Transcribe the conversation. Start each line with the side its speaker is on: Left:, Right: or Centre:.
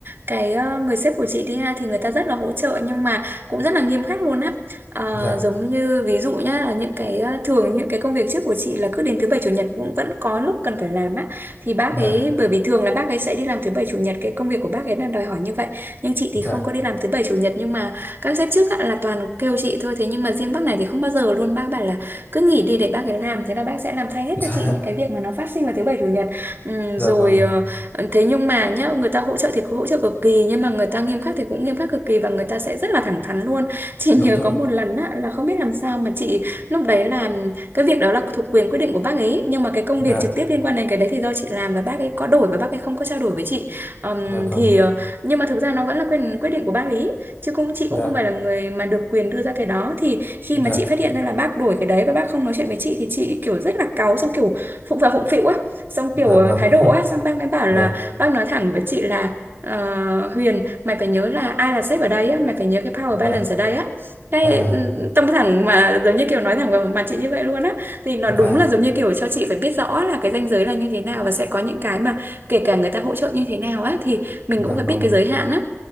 Right: cái ờ, người sếp của chị đi ha thì người ta rất là hỗ trợ nhưng mà cũng rất là nghiêm khắc luôn á. Ờ,
Left: dạ
Right: giống như ví dụ nhá là những cái ờ, thường những cái công việc trước của chị là cứ đến thứ bảy chủ nhật cũng vẫn có lúc cần phải làm á thì bác
Left: dạ
Right: ấy bởi vì thường là bác ấy sẽ đi làm thứ bảy chủ nhật cái công việc của bác ấy là đòi hỏi như vậy nhưng chị
Left: dạ
Right: thì không có đi làm thứ bảy chủ nhật nhưng mà các sếp trước á, là toàn kêu chị thôi thế nhưng mà riêng bác này thì không bao giờ luôn bác bảo là cứ nghỉ đi để bác ấy làm thế là bác sẽ làm thay hết
Left: dạ
Right: cho chị những cái việc mà nó phát sinh vào thứ bảy chủ nhật Ừ,
Left: dạ
Right: rồi
Left: vâng
Right: ờ, thế nhưng mà nhá người ta hỗ trợ thì cũng hỗ trợ cực kỳ nhưng mà người ta nghiêm khắc thì cũng nghiêm khắc cực kỳ và người ta sẽ rất là thẳng thắn luôn <laughs> chị
Left: đúng
Right: nhớ
Left: rồi
Right: có
Left: ạ.
Right: một lần á là không biết làm sao mà chị lúc đấy làm cái việc đó là thuộc quyền quyết định của bác ấy nhưng mà cái công
Left: dạ
Right: việc trực tiếp liên quan đến cái đấy thì do chị làm và bác ấy có đổi và bác ấy không có trao đổi với chị Ờm,
Left: dạ vâng
Right: thì ờ, nhưng mà thực ra nó vẫn là quyền quyết định của bác ấy chứ cũng chị
Left: dạ
Right: cũng không phải là người mà được quyền đưa ra cái đó thì khi
Left: dạ
Right: mà chị phát hiện ra là bác đổi cái đấy và bác không nói chuyện với chị thì chị kiểu rất là cáu xong kiểu phụng phà phụng phịu á xong
Left: dạ
Right: kiểu
Left: vâng
Right: ờ, thái độ
Left: <laughs>
Right: ấy xong bác mới bảo
Left: dạ
Right: là bác nói thẳng với chị là "Ờ, Huyền mày phải nhớ là ai là sếp ở đây á mày phải nhớ cái power
Left: dạ
Right: balance ở đây á cái
Left: à
Right: ừ, tâm thẳng mà giống như kiểu nói thẳng vào mặt chị như vậy luôn á thì nó
Left: dạ
Right: đúng là giống như kiểu cho chị phải biết rõ là cái ranh giới là như thế nào và sẽ có những cái mà kể cả người ta hỗ trợ như thế nào á thì mình
Left: dạ
Right: cũng phải biết
Left: vâng
Right: cái giới hạn á